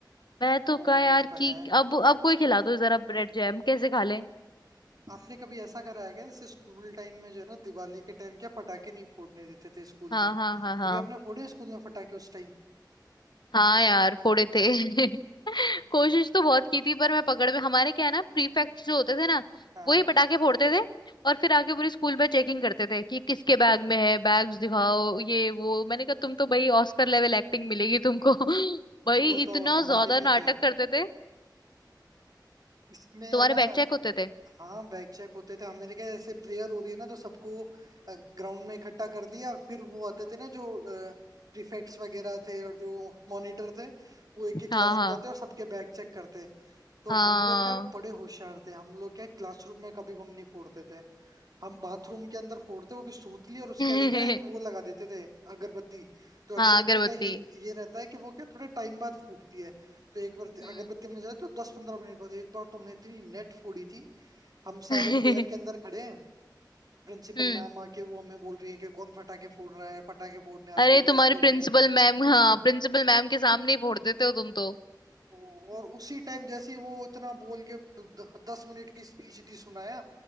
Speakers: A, on the left; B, on the right.
A: मैं तो
B: वो
A: कहा यार
B: तो
A: कि
B: है
A: अब अब कोई खिला दो जरा ब्रेड जैम कैसे खा ले
B: आपने कभी ऐसा करा है क्या जैसे स्कूल टाइम में जो है ना दिवाली के टाइम क्या पटाखे नहीं फोड़ने देते थे स्कूल
A: हाँ
B: में
A: हाँ हाँ हाँ
B: कभी आपने फोड़े स्कूल में पटाखे उस टाइम
A: हाँ यार फोड़े थे <laughs> कोशिश तो बहुत की थी पर मैं पकड़ में हमारे क्या है ना प्रीफेक्ट जो होते थे ना
B: हाँ
A: वो ही
B: <laughs> हाँ।
A: पटाखे फोड़ते थे और फिर आके पूरी स्कूल में चेकिंग करते थे कि किसके बैग में है बैग्स दिखाओ ये वो मैंने कहा तुम तो भाई ऑस्कर लेवल एक्टिंग मिलेगी तुमको <laughs> भाई
B: वो
A: इतना
B: तो हमारे
A: ज्यादा
B: भी
A: नाटक
B: थे
A: करते थे
B: इसमें है
A: तुम्हारे
B: ना
A: बैग चेक होते थे
B: हाँ बैक चेक होते थे हमारे क्या जैसे प्रेयर हो रही है ना तो सबको ग्राउंड में इकट्ठा कर लिया और फिर वो आते थे ना जो प्रीफेक्ट्स वगैरह थे और जो मॉनिटर थे वो एक
A: हाँ
B: एक क्लास
A: हाँ
B: में जाते और सबके बैक चेक करते तो
A: हाँ
B: हम लोग क्या बड़े होशियार थे हम लोग क्या क्लासरूम में कभी बम नहीं फोड़ते थे हम बाथरूम के अंदर फोड़ते वो भी सूतली और उसके
A: <laughs>
B: आगे क्या है, एक वो लगा देते थे अगरबत्ती तो अगरबत्ती
A: हाँ अगरबत्ती
B: का ये ये रहता है कि वो क्या थोड़े टाइम बाद फूटती है तो एक बार
A: हम्म
B: अगरबत्ती हमने जलाई तो दस पंद्रह मिनट बाद एक बार तुमने इतनी नेट फोड़ी थी हम
A: <laughs>
B: सारे प्रेयर के अंदर खड़े हैं प्रिंसिपल
A: हम्म
B: मैम आके वो हमें बोल रही है कि कौन पटाखे फोड़ रहा है पटाखे फोड़ने आते
A: अरे
B: हो क्या
A: तुम्हारी
B: स्कूल
A: प्रिंसिपल
B: में
A: मैम हाँ प्रिंसिपल मैम के सामने ही फोड़ते थे हो तुम तो
B: और उसी टाइम जैसे ही वो इतना बोल के द- दस मिनट की स्पीच दी सुनाया